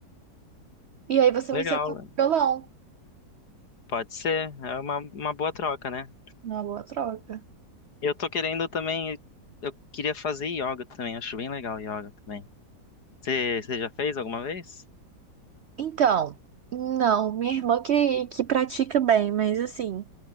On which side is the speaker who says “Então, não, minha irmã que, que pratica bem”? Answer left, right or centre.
Right